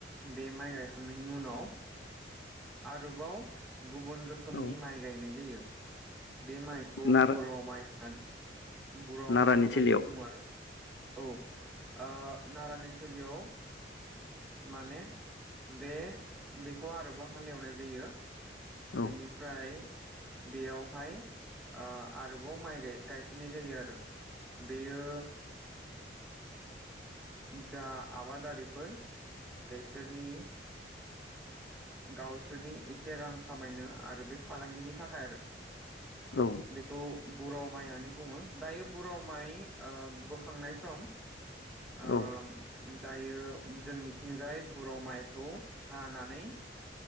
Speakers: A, in the centre; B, on the left.
A: बे माइ गायखांनायनि उनाव आरोबाव गुबुन रोखोमनि
B: औ
A: माइ गायनाय जायो बे माइखौ
B: नारा
A: बुराव माइ होननानै बुराव
B: नारानि
A: माइ होननानै
B: थिलियाव
A: बुङो आरो औ ओ नारानि थिलियाव माने बे बेखौ आरो हालेवनाय जायो
B: औ
A: बेनिफ्राय बेयावहाय आरोबाव माइ गायफिननाय जायो आरो बेयो जा आबादारिफोर बेसोरनि गावसोरनि एसे रां खामायनो आरो बे फालांगिनि थाखाय
B: औ
A: बेखौ बर' माइ होननानै बुङो दायो बुराव माइ ओ बोखांनाय सम ओ
B: औ
A: दायो जोंनिथिंजाय बुराव माइखौ हानानै